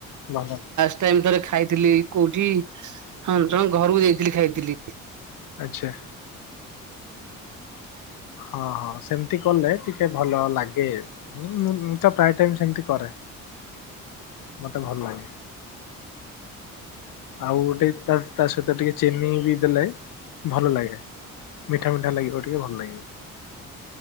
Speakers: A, on the left; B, on the right.
A: ଭଲ।
B: ଫାଷ୍ଟ ଟାଇମ୍ ଥରେ ଖାଇଥିଲି କୋଉଠି ହଁ ଜଣକ ଘରକୁ ଯାଇଥିଲି ଖାଇଥିଲି।
A: ଆଚ୍ଛା।
B: <inaudible>
A: ହଁ ହଁ ସେମିତି କଲେ ଟିକେ ଭଲ ଲାଗେ। ହଁଁ ମୁଁ ମୁଁ ତ ପ୍ରାୟ ଟାଇମ ସେମିତି କରେ। ମୋତେ ଭଲ ଲାଗେ। ଆଉ ଗୋଟେ ତା ତା ସହିତ ଟିକେ ଚିନି ବି ଦେଲେ ଭଲ ଲାଗେ। ମିଠା ମିଠା ଲାଗିବ ଟିକେ ଭଲ ଲାଗିବ।